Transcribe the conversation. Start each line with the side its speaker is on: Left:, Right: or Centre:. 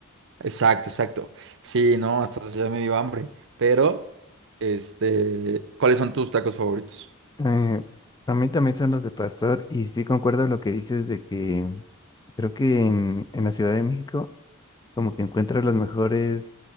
Right: Exacto, exacto. Sí, no, hasta ya me dio hambre. Pero, este, ¿cuáles son tus tacos favoritos?
Left: Eh, a mí también son los de pastor y sí concuerdo lo que dices de que creo que en, en la Ciudad de México Como que encuentras los mejores